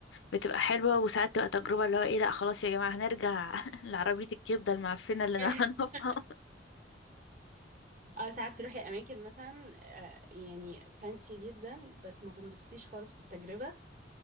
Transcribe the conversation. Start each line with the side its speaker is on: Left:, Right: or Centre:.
Left: بتبقى حلوة وساعات تبقى تجربة اللي هو ايه لأ خلاص يا جماعة هنرجع <laughs> لعربية الكبدة المعفنة اللي
Right: <laughs>
Left: أنا هنقفها
Right: اه ساعات تروحي اماكن مثلا آه، يعني فانسي جدا بس ما تنبسطيش خالص بالتجربة